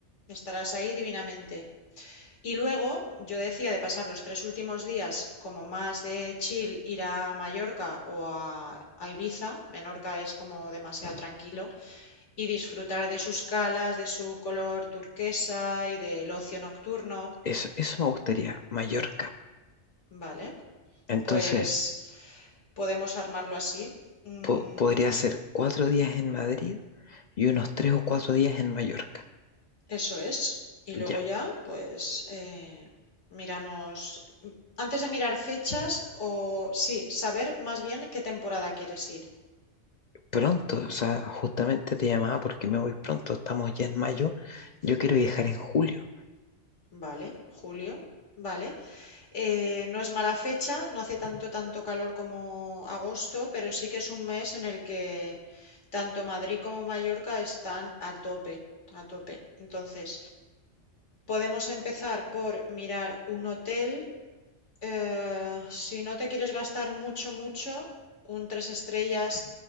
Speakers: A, on the left; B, on the left.
A: Estarás ahí divinamente. Y luego yo decía de pasar los tres últimos días como más de chill, ir a Mallorca o a, a Ibiza, Menorca es como demasiado tranquilo, y disfrutar de sus calas, de su color turquesa y del ocio nocturno,
B: Eso, eso me gustaría, Mallorca.
A: ¿vale?
B: Entonces,
A: Pues podemos armarlo así. Mm,
B: po- podría ser cuatro días en Madrid y unos tres o cuatro días en Mallorca.
A: Eso es. Y luego
B: Ya,
A: ya, pues eh, miramos, antes de mirar fechas, o sí, saber más bien qué temporada quieres ir.
B: pronto, o sea, justamente te llamaba porque me voy pronto. Estamos ya en mayo. Yo quiero viajar en julio.
A: Vale, julio, vale. Eh, no es mala fecha, no hace tanto, tanto calor como agosto, pero sí que es un mes en el que tanto Madrid como Mallorca están a tope, a tope. Entonces, podemos empezar por mirar un hotel Eh, si no te quieres gastar mucho, mucho, un tres estrellas,